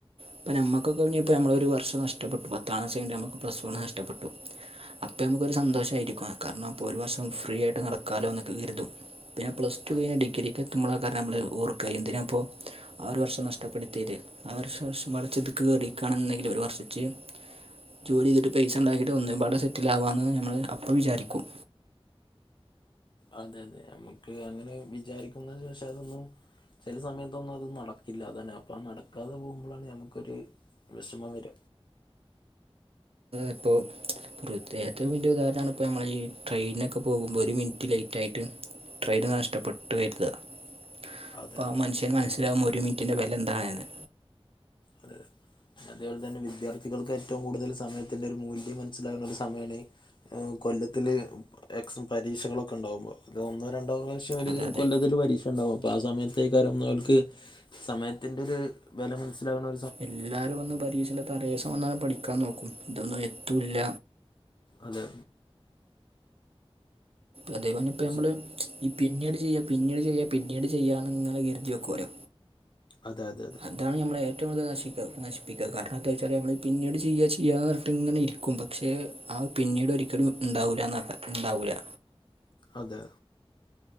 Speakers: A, on the right (about 70°); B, on the left (about 50°).
A: അപ്പ നമ്മുകൊക്കെ നമ്മളെ ഒരു വർഷം നഷ്ടപ്പെട്ടു പത്താം ക്ലാസ്സ്‌ കഴിഞ്ഞട്ട് നമ്മക്ക് പ്ലസ് വൺ നഷ്ടപ്പെട്ടു അപ്പൊ നമുക്ക്‌ ഒരു സന്തോഷായിരിക്കും കാരണം അപ്പോ ഒരു വർഷം ഫ്രീ ആയിട്ട് നടക്കാലോ കരുതും പിന്നെ പ്ലസ് ടു കഴിഞ്ഞൽ
B: അതെ
A: ഡിഗ്രിക്ക് എത്തുമ്പോൾ കാരണം നമ്മൾ ഓർക്കാ എന്തിനാ ഇപ്പോ ആ ഒരു വർഷം നഷ്ടപ്പെടുത്തിര് ആ ഒരും <unintelligible> കയറിയിക്കുകണുണ്ടെങ്കില് ഒരു വർഷച്ച് ജോലി ചെയ്തിട്ട് പൈസണ്ടാക്കയിട്ട് ഒന്നുക്കൂടെ സെറ്റിൽ ആവാമെന്ന് നമ്മൾ അപ്പോ വിചാരിക്കും
B: അതെ അതെ നമുക്ക് അങ്ങനെ വിചാരിക്കുന്നേ ശേഷം അതൊന്നും ചില സമയത്തൊന്നും അത് നടക്കില്ലാ അതാണ് അപ്പൊ ആ നടക്കാതെ പോകുമ്പോഴാണ് നമ്മുക്കൊരു വെഷമം വരും
A: ഇപ്പോൾ പ്രത്യേ വ ഉദാഹരണ ഇപ്പ നമ്മൾ ഈ ട്രെയിനൊക്കെ പോകുമ്പോ ഒരു മിനിറ്റ് ലേറ്റ് ആയിട്ട് ട്രെയിന് നഷ്ടപ്പെട്ടു വരുത് അപ്പ
B: അതെ അതെ
A: ആ മനുഷ്യന് മനസ്സിലാവും ഒരു മിനറ്റിന്റെ വില എന്താണെന്ന്
B: അത അതെ പോലെ തന്നെ വിദ്യാർത്ഥികൾക്ക് ഏറ്റവും കൂടുതൽ സമയത്തിന്റെറെ ഒരു മൂല്യം മനസിലാകുന്ന ഒരു സമയാണ് കൊല്ലത്തില് എക്സാം പരീക്ഷകളൊക്കെ ഉണ്ടാവുമ്പോ അത് ഒന്നോ രണ്ടോ പ്രാവശ്യ ഇവര്
A: അല്ലാതെ
B: കൊല്ലത്തിൽ പരിക്ഷ ണ്ടാവും ആ സമയത്തെ അറിയുന്നവർക്ക് സമയത്തിന്റെ ഒരു വില മനസിലാവുന്ന
A: എല്ലാവരും വന്ന് പരീക്ഷടെ തലേ വന്നാണ് പഠിക്കാൻ നോക്കും ഇതൊന്നും എത്തുല്ല
B: അതെ
A: അതേപോലെ ഇപ്പം
B: പക്ഷെ-
A: നമ്മള് ഈ പിന്നീട് ചെയ്യാം പിന്നീട് ചെയ്യാം പിന്നീട് ചെയ്യാം നിങ്ങനെ കരുതി വെക്കും ഓരോ
B: അതെ അതെ അതെ
A: അതാണ് നമ്മള ഏറ്റവും കൂടുതൽ നശിക്ക നശിപ്പിക്കുക കാരണം എന്താ വെച്ചാൽ നമ്മൾ പിന്നട് ചെയ്യാ ചെയ്യാന്ന് ഇങ്ങനെ ഇരിക്കും പക്ഷേ ആ പിന്നീട് ഒരിക്കലും ഉണ്ടാവില്ല ആ ഉണ്ടാവില്ല
B: അതെ